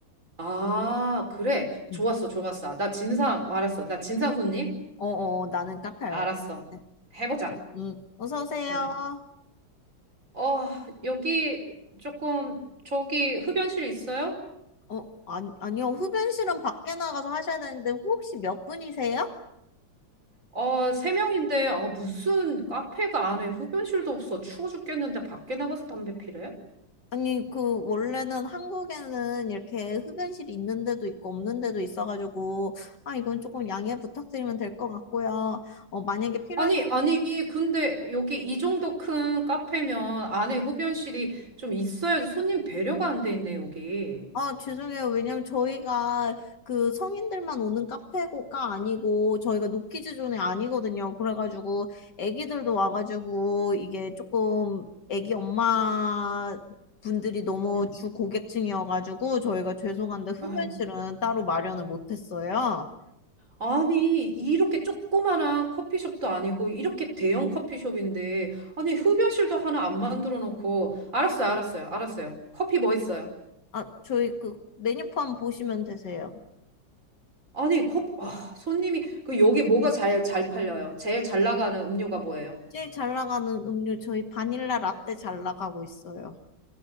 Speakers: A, on the right; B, on the left.
A: 아, 그래. 좋았어,
B: 응.
A: 좋았어. 나 진상, 어, 알았어. 나 진상손님?
B: 어, 어, 어. 나는 카페 알바.
A: 알았어.
B: 네.
A: 해보자.
B: 응, 어서 오세요.
A: 응. 어, 여기 조금, 저기 흡연실 있어요?
B: 어, 아니, 아니요. 흡연실은 밖에 나가서 하셔야 되는데, 혹시 몇 분이세요?
A: 아, 세 명인데, 아, 무슨 카페가 안에 흡연실도 없어. 추워 죽겠는데 밖에 나가서 담배 피래?
B: 아니, 그, 원래는 한국에는 이렇게 흡연실이 있는 데도 있고 없는 데도 있어가지고, 아, 이건 조금 양해 부탁드리면 될 것 같고요. 어, 만약에 필요하시면,
A: 아니, 아니, 근데 여기 이 정도 큰 카페면 안에 흡연실이 좀 있어야지 손님 배려가 안 돼 있네, 여기.
B: 아, 죄송해요. 왜냐면 저희가 그 성인들만 오는 카페가 아니고, 저희가 노키즈 존이 아니거든요. 그래가지고, 애기들도 와가지고, 이게 조금 애기 엄마, 분들이 너무
A: 응.
B: 주 고객층이어가지고 저희가 죄송한데 흡연실은
A: 아이,
B: 따로 마련을 못했어요.
A: 아니, 이렇게 조그만한 커피숍도 아니고, 이렇게 대형 커피숍인데, 아니, 흡연실도 하나 안 만들어 놓고, 알았어요, 알았어요, 알았어요. 커피 뭐 있어요?
B: 아, 저희 그 메뉴판 보시면 되세요.
A: 아니, 컵, 아, 손님이, 그, 여기 뭐가 잘, 잘 팔려요? 제일 잘 나가는 음료가 뭐예요?
B: 제일 잘 나가는 음료 저희 바닐라 라떼 잘 나가고 있어요.